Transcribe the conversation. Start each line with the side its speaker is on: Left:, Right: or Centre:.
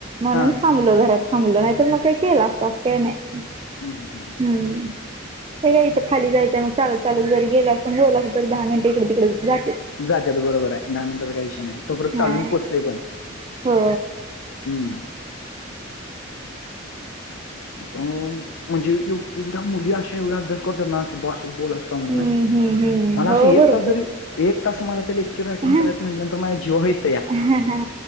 Right: म्हणूंन
Left: हां.
Right: थांबल घरांत थांबल नाहीं तरं मगं कां केलां तास कांहीं नाहीं
Left: हम्मं हम्मं
Right: हम्मं हे कायं इथं खांली जायचं मगं चांल चांल ज गेलं असूंन बलं असलं तरं दहा मिनिटं इकडे तिकडे जाते
Left: जाते तरं बरोबर आहे दहा मिनिटांचा कांहीं विषय नाहीं तो परंत
Right: हां
Left: चालूंन पोचतंय पणं
Right: हो
Left: हम्मं ते म्हणजे एवढ्यां मुली अशां एवढां अभ्यास करतांत नां की बसं बोलां मलां.
Right: हम्म, हम्म, हम्म. हो
Left: असं एक
Right: भरपूर
Left: तांस जरी लेक्चर अटेंड
Right: हां
Left: करायचं म्हणजे माझ्यां जीवांवर येतांत
Right: हां हां